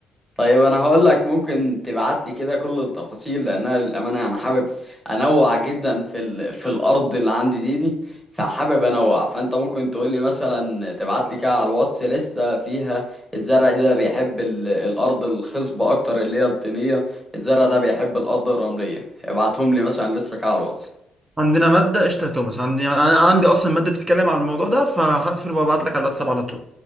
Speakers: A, in the centre; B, on the right.
A: طيب انا هقول لك ممكن تبعت لي كده كل التفاصيل لانها للامانه انا حابب انوع جدا في ال... في الارض اللي عندي دي دي فحابب انوع فانت ممكن تقول لي مثلا تبعت لي كده على الواتس لسه فيها الزرع دي ده بيحب ال... الارض الخصبه اكتر اللي هي الطينيه الزرع ده بيحب الارض الرمليه ابعتهم لي مثلا لسه كده على الواتس
B: عندنا مادة قشطة يا توماس عندي أنا عندي أصلا مادة بتتكلم عن الموضوع ده فهقفل وابعت لك على الواتساب على طول